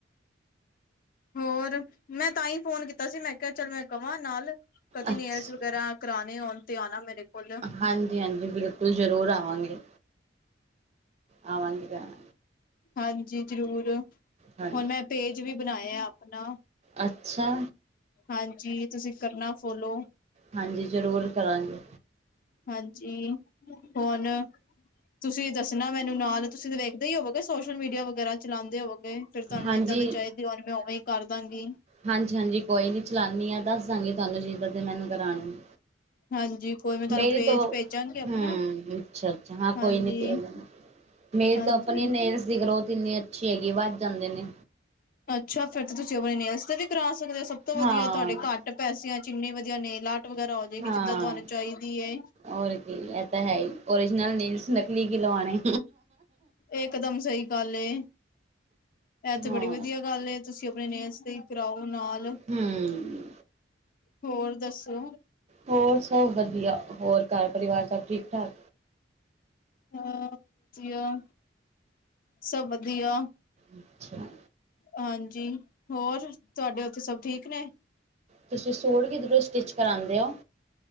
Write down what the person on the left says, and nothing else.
ਹੋਰ, ਮੈਂ ਤਾਂ ਈ ਫੋਨ ਕੀਤ ਤਾ ਸੀ ਮੈਂ ਕੇਆ ਚਲ ਮੈਂ ਕਵਾ ਨਾਲ, ਕਦੀ
ਨੇਲਸ ਵਗੈਰਾ ਕਰਾਨੇ ਹੋਣ 'ਤੇ ਆਨਾ ਮੇਰੇ ਕੋਲ।
ਹਾਂਜੀ ਜਰੂਰ,
ਹੋਨ ਮੈਂ ਪੇਜ ਵੀ ਬਨਾਏਆ ਆਪਨਾ
ਹਾਂਜੀ, ਤੁਸੀਂ ਕਰਨਾ ਫੋਲੋ।
ਹਾਂਜੀ, ਹੋਨ ਤੁਸੀਂ ਦੱਸਨਾ ਮੈਨੂੰ ਨਾਲ ਤੁਸੀਂ ਤੇ ਵੇਖਦੇ ਈ ਹੋਵੋਗੇ ਸੋਸ਼ਲ ਮੀਡੀਆ ਵਗੈਰਾ ਚਲਾਂਦੇ ਹੋਵੋ ਗੇ ਫੇਰ ਤੁਆਨੂੰ
ਜਿੱਦਾਂ ਦੇ ਚਾਈਦੇ ਹੋਨ ਮੈਂ ਓਵੇਂ ਈ ਕਰਦਾਂਗੀ।
ਹਾਂਜੀ ਕੋਈ ਮੈਂ ਤੁਹਾਨੂੰ
ਪੇਜ
ਭੇਜਾਂਗੀ ਆਪਣਾ
ਹਾਂਜੀ
ਹਾਂਜੀ
ਅੱਛਾ, ਫੇਰ ਤੇ ਤੁਸੀ ਅਪਣੇ ਨੇਲਸ ਤੇ ਵੀ ਕਰਾ ਸਕਦੇ ਓ ਸਬ ਤੋਂ ਵਦੀਆ
ਤੁਹਾਡੇ ਘਾੱ ਟ ਪੈਸੇਆਂ 'ਚ ਇੰਨੀ ਵਦੀਆ ਨੇਲ ਆਰਟ ਵਗੈਰਾ ਹੋ ਜੇਗੀ
ਜਿੱਦਾਂ ਤੁਆਨੂੰ ਚਾਈਦੀ ਏ।
ਏਕਦਮ ਸਈ ਗਾੱਲ ਏ। ਐ ਤੇ
ਬੜੀ ਵਦੀਆ ਗਾੱਲ ਏ ਤੁਸੀਂ ਆਪਣੇ ਨੇਲਸ ਤੇ ਈ ਕਰਾਓ ਨਾਲ।
ਹੋਰ ਦੱਸੋ
ਹਾਂ ਵਦੀਆ, ਸਭ ਵਦੀਆ।
ਹਾਂਜੀ, ਹੋਰ ਤਵਾਡੇ ਓਥੇ ਸਭ ਠੀਕ ਨੇ?